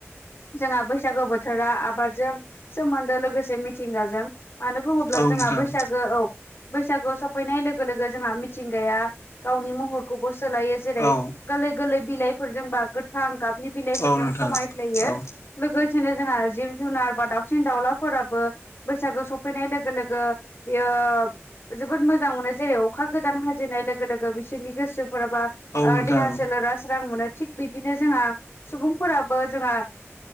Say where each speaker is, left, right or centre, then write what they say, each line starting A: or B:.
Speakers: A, on the left; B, on the left.
A: जोंहा बैसागो बोथोरा आबादजों सोमोन्दो लोगोसे मिथिंगाजों मानो बुङोब्ला
B: औ
A: जोंहा
B: नोंथां
A: बैसागो औ बैसागोआ सफैनाय लोगो लोगो जोंहा मिथिंगाया गावनि महरखौबो सोलायो जेरै
B: औ
A: गोरलै गोरलै बिलाइफोरजों बा गोथां गाबनि बिलाइफोरजों
B: औ नोंथां
A: समायफ्लेयो
B: औ
A: लोगोसेनो जोंहा जिब जुनार बा दाउसिन दाउलाफोराबो बैसागो सफैनाय लोगो लोगो बियो जोबोद मोजां मोनो जेरै अखा गोदान हाजेननाय लोगो लोगो बिसोरनि गोसोफोराबो ओ
B: औ नोंथां
A: देहा सोलेरा स्रां मोनो थिग बिदिनो जोंहा सुबुंफोराबो जोंहा